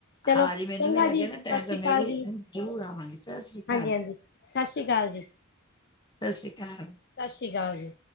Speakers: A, on the left; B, on the left.
A: ਚਲੋ,
B: ਹਾਂ
A: ਚੰਗਾ
B: ਜੇ ਮੈਨੂੰ ਵੀ ਲੱਗਿਆ
A: ਜੀ ਸਤਿ
B: ਨਾ ਟਾਈਮ ਤਾਂ
A: ਸ੍ਰੀ
B: ਮੈਂ
A: ਅਕਾਲ
B: ਵੀ
A: ਜੀ।
B: ਜ਼ਰੂਰ ਆਵਾਂਗੀ, ਸਤਿ ਸ੍ਰੀ ਅਕਾਲ
A: ਹਾਂਜੀ-ਹਾਂਜੀ।
B: ਜੀ,
A: ਸਤਿ ਸ਼੍ਰੀ ਅਕਾਲ ਜੀ।
B: ਸਤਿ ਸ਼੍ਰੀ ਅਕਾਲ।
A: ਸਤਿ ਸ਼੍ਰੀ ਅਕਾਲ ਜੀ।